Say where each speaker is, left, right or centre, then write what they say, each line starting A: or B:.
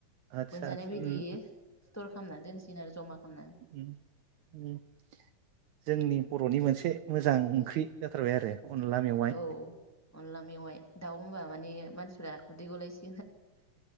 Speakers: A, on the right (about 70°); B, in the centre.
A: आदसा
B: मोनजानाय
A: आदसा
B: बायदि
A: उम
B: स्टर खामना दोनसिगोन आरो जमा खालामनानै
A: ओम ओम जोंनि बर'नि मोनसे से मोजां ओंख्रि जाथारबाय आरो अनला मेवाइ
B: औ अनला मेवाइ दाउ होनबा माने मानसिफ्रा खुदै गलायसि